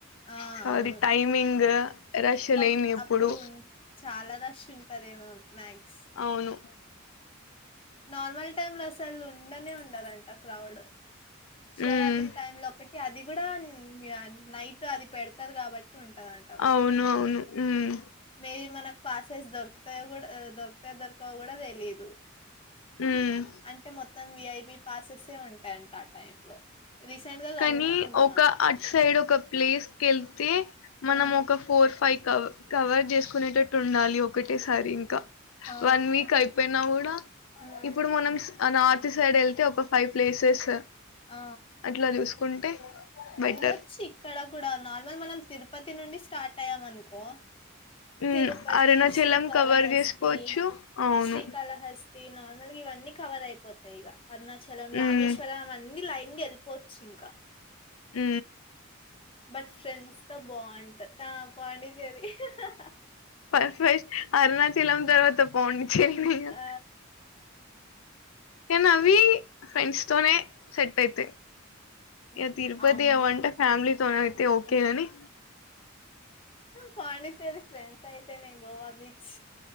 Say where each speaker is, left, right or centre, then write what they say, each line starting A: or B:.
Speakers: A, on the left; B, on the left.
A: ఆ!
B: సో
A: అవును.
B: అది టైమింగ్ రష్
A: బట్
B: లేని ఎప్పుడు
A: అప్పుడు ఉంట్ చాలా రష్ ఉంటదేమో మ్యాక్స్
B: అవును
A: నార్మల్ టైమ్ లో అసలు ఉండనే ఉండదంట క్రౌడ్ శివరాత్రి
B: ఉమ్
A: టైం లో ఒకటి అది గూడ మి నైట్ అది పెడతారు కాబట్ ఉంటదంట మరి
B: అవును అవును ఉమ్
A: మేయి మనక్ పాసెస్ దొరుకుతయో గూడ ఆ దొరుకతాయో దొరకవొ గూడ తెలీదు
B: ఉమ్
A: అంటే మొత్తం విఐపి పాసెస్సే ఉంటాయంట ఆ టైం లో రీసెంట్ గా
B: కానీ
A: కనుక్కున్నా
B: ఒక అట్ సైడ్ ఒక ప్లేస్ కి వెళ్తే మనం
A: హ్మ్
B: ఒక ఫోర్ ఫైవ్ కవ కవర్ చేసుకునేటట్టు ఉండాలి ఒకటేసారి ఇంకా
A: ఆ
B: వన్ వీక్ అయిపోయినా గుడా
A: హ్మ్
B: ఇప్పుడు మనం స్ ఆ నార్త్ సైడ్ వెళ్తే ఒక ఫైవ్ ప్లేసెస్
A: ఆ
B: ఇట్లా చూసుకుంటే బెటర్
A: వెళ్ళొచ్చు ఇక్కడ కూడా నార్మల్ మనం తిరుపతి నుండి స్టార్ట్ అయ్యాం అనుకో
B: ఉమ్
A: తిరుపతి
B: అరుణాచలం
A: శ్రీకాళహస్తి
B: కవర్ చేసుకోవచ్చు అవును
A: శ్రీకాళహస్తి నార్మల్ ఇ వన్నీ కవర్ అయిపోతాయి ఇగ. అరుణాచలం రామేశ్వరం
B: ఉమ్
A: అవన్నీ లైన్ గ ఎల్పోవచ్చు ఇంకా
B: ఉ
A: బట్ ఫ్రెండ్స్ తో బాగుంటది. ఆ పాండి చేది హ హ
B: పర్ఫెక్ట్ అరుణాచలం తర్వాత పాండి చెర్రీనే గ
A: ఆ
B: కానీ అవి ఫ్రెండ్స్ తోనే సెట్ అయితయి ఇగ
A: ఉమ్,
B: తిరుపతి
A: అవును
B: అవంటే ఫ్యామిలీతోనే అయితే ఓకే
A: ఆహా!
B: గాని
A: పాండిచ్చేరి ఫ్రెండ్స్ అయితేనే గోవా బీచ్